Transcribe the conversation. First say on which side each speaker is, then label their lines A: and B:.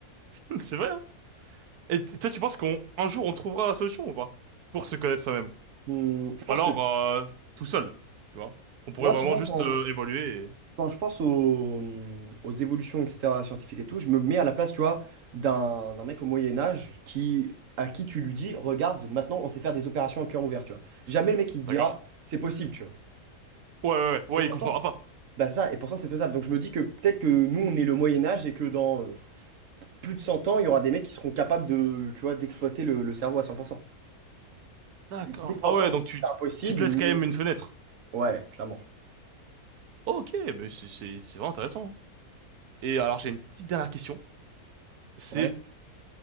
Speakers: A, on the right; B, on the right.
A: <laughs> c'est vrai, hein. Et t- toi, tu penses qu'on un jour, on trouvera la solution ou pas? Pour se connaître soi-même.
B: Hmm, je pense
A: Ou alors,
B: que
A: euh, tout seul, tu vois? On pourrait
B: moi
A: vraiment
B: souvent
A: juste
B: quand
A: euh, évoluer et...
B: quand je pense aux, aux évolutions, etc., scientifiques et tout, je me mets à la place, tu vois, d'un d'un mec au Moyen Âge qui, à qui tu lui dis, regarde, maintenant on sait faire des opérations à cœur ouvert, tu vois. Jamais le mec il te dira,
A: D'accord.
B: c'est possible, tu vois.
A: Ouais, ouais, ouais, ouais,
B: Et pourtant,
A: il comprendra
B: c-
A: pas.
B: bah ça, et pourtant c'est faisable. Donc je me dis que peut-être que nous on est le Moyen Âge et que dans euh, plus de 100 ans, il y aura des mecs qui seront capables de, tu vois, d'exploiter le, le cerveau à 100%.
A: D'accord.
B: Donc, nous pour
A: Ah
B: l'instant
A: ouais,
B: on se
A: donc
B: dit
A: tu,
B: c'est
A: t-
B: impossible,
A: tu te laisses
B: mais
A: quand même une fenêtre.
B: ouais, clairement.
A: Ok, mais c'est c'est- c'est vraiment intéressant. hein. Et alors, j'ai une petite dernière question. C'est
B: Ouais.